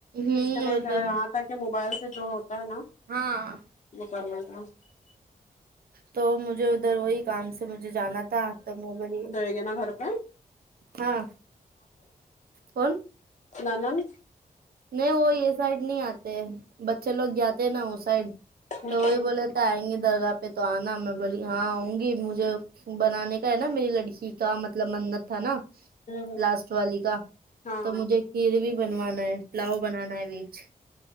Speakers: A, on the right (about 75°); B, on the left (about 50°).
A: ہوں
B: اس کے لی
A: وہ
B: گ
A: تو
B: یہاں
A: ہے
B: تا کہ موبائل سے جو ہوتا ہے نا
A: ہاں
B: وہ کرنے کا
A: تو مجھے ادھر وہی کام سے مجھے جانا تھا تو میں بی
B: ہو گے نا گھر پہ
A: ہاں کون
B: ننند
A: نہیں وہ یہ سائڈ نہیں آتے بچے لوگ جاتے نا وہ سائڈ
B: ہوں
A: تو
B: ہوں
A: وہی بولے آئیں گے درگاہ پہ تو آنا میں بولی ہاں آؤں گی مجھے بنانے کا ہے نا میری لڑکی کا مطلب منت تھا نا
B: ہوں
A: لاسٹ والی کا
B: ہاں
A: تو مجھے کڑ بھی بنوانا ہے پلاؤ بنانا ہے بیج